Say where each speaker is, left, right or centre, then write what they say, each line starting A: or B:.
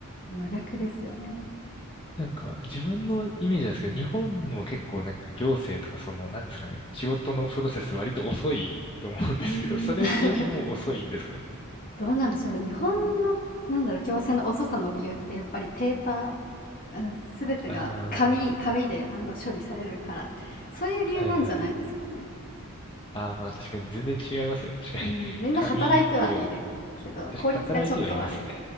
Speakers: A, on the left (about 40°); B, on the left (about 25°).
A: 真逆ですよね。
B: なんか、自分のイメージなんですけど、日本も結構なんか行政とかその、なんですかね、仕事のプロセス割と遅いと思うんですけど、
A: うーん。
B: それよりも遅いんですかね。
A: <laughs> どうなんでしょう。日本の、なんだろう、行政の遅さの理由ってやっぱりペーパー、うん、全てが紙紙であの処理されるから、
B: あ
A: そういう理由なんじゃないですかね。
B: あ、はいはいはい。ああ、まあ確かに全然違いますね。確かに。
A: うん、みんな働いてはいるけど、
B: 紙と、確かに働いてはいますね。
A: 効率がちょっと悪い。